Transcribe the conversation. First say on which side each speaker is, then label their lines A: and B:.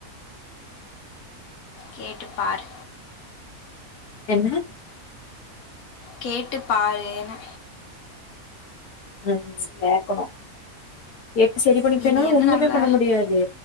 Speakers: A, on the left (about 70°); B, on the left (about 85°).
A: கேட்டுப்பாரு
B: என்ன
A: கேட்டு பாருனே
B: உம் கேக்கணும் எப்டி சரி பண்ணிப்பேனா
A: இனி என்ன
B: ஒண்ணுமே
A: நம்மள
B: பண்ண முடியாது